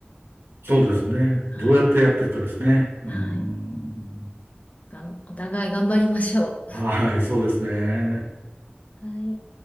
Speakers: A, on the right; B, on the left.
A: そうですね。
B: はい。
A: どうやってやっていくかですね。うーん。
B: はい。がん、お互い頑張りましょ
A: はい、そうですね。
B: う。はい。